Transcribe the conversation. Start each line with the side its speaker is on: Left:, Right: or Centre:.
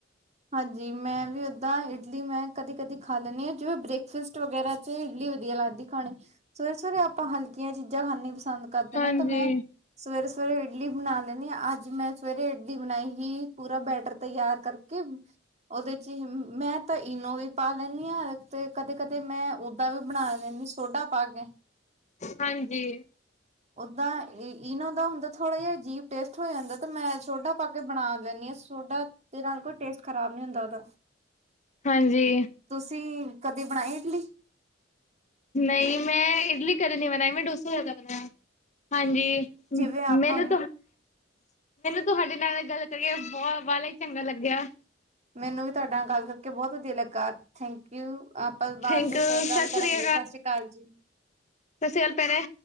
Right: ਹਾਂਜੀ ਮੈਂ ਵੀ ਓਦਾਂ ਇਡਲੀ ਮੈਂ ਕਦੀ ਕਦੀ ਖਾ ਲੈਂਣੀ ਹਾਂ ਜਿਵੇਂ ਬ੍ਰੇਕਫਾਸਟ ਵਗੈਰਾ ਤੇ ਇਡਲੀ ਵਧੀਆ ਲੱਗਦੀ ਖਾਣੀ ਸਵੇਰੇ ਸਵੇਰੇ ਆਪਾਂ ਹਲਕੀਆਂ ਚੀਜ਼ਾਂ ਖਾਣੀ ਪਸੰਦ ਕਰਦੇ
Left: ਹਾਂਜੀ।
Right: ਨਾ ਤੇ ਮੈਂ ਸਵੇਰੇ ਸਵੇਰੇ ਇਡਲੀ ਬਣਾ ਲੈਣੀ ਅੱਜ ਮੈਂ ਸਵੇਰੇ ਇਡਲੀ ਬਣਾਈ ਹੀ ਪੂਰਾ ਬੈਟਰ ਤਿਆਰ ਕਰਕੇ ਕਿ ਉਹਦੇ ਚ ਹੀ ਮੈਂ ਤਾਂ ਇਨੋ ਵੀ ਪਾ ਲੈਂਣੀ ਹਾਂ ਤੇ ਕਦੇ ਕਦੇ ਮੈਂ ਉਦਾ ਵੀ ਬਣਾ ਲੈਂਦੀ ਆ ਸੋਡਾ ਪਾ ਕੇ
Left: ਹਾਂਜੀ।
Right: ਓਦਾਂ ਇਨੋ ਦਾ ਹੁੰਦਾ ਥੋੜਾ ਜਿਹਾ ਜੀਪ ਟੇਸਟ ਹੋ ਜਾਂਦਾ ਤੇ ਮੈਂ ਸੋਡਾ ਪਾ ਕੇ ਬਣਾ ਲੈਂਣੀ ਹਾਂ ਸੋਡਾ ਦੇ ਨਾਲ ਕੋਈ ਟੇਸਟ ਖ਼ਰਾਬ ਨਹੀਂ ਹੁੰਦਾ ਉਹਦਾ।
Left: ਹਾਂਜੀ।
Right: ਤੁਸੀਂ ਕਦੇ ਬਣਾਈ ਇਡਲੀ।
Left: ਨਈ ਮੈਂ ਇਡਲੀ ਕਦੇ ਨੀ ਬਣਾਈ ਮੈਂ ਡੋਸਾ ਜਿਆਦਾ ਬਣਾਇਆ। ਹਾਂਜੀ
Right: ਜਿਵੇਂ ਆਪਾਂ
Left: ਮੈਨੂੰ ਤੁਹਾਡੇ ਨਾਲ ਗੱਲ ਕਰੀਏ ਬਹੁ ਵਾਲਾ ਈ ਚੰਗਾ ਲੱਗਿਆ।
Right: ਮੈਨੂੰ ਵੀ ਤੁਹਾਡੇ ਨਾਲ ਗੱਲ ਕਰਕੇ ਬਹੁਤ ਵਧੀਆ ਲੱਗਾ ਥੈਂਕ ਯੂ ਆਪ ਆਪਾਂ ਬਾਅਦ
Left: ਥੈਂਕ
Right: 'ਚ
Left: ਯੂ,
Right: ਫੇਰ
Left: ਸਤਿ
Right: ਗੱਲ ਕਰਾਂਗੇ
Left: ਸ੍ਰੀ
Right: ਸਤਿ ਸ਼੍ਰੀ ਅਕਾਲ ਜੀ।
Left: ਸਤਿ ਸ਼੍ਰੀ ਅਕਾਲ ਭੈਣੇ।